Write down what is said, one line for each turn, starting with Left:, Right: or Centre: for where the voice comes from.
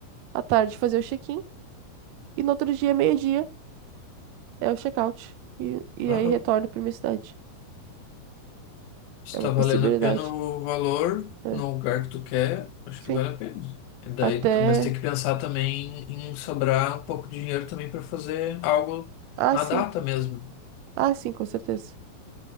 Right: à tarde fazer o check-in. E no outro dia, meio-dia, é o check-out. E, e
Left: Aham.
Right: aí retorno para minha cidade.
Left: Se
Right: É
Left: tá
Right: uma possibilidade.
Left: valendo a pena o valor
Right: É,
Left: no lugar que tu quer, acho
Right: sim.
Left: que vale a pena. E daí,
Right: Até.
Left: tu- mas tem que pensar também em sobrar um pouco de dinheiro também para fazer algo
Right: Ah,
Left: na
Right: sim.
Left: data mesmo.
Right: Ah, sim, com certeza.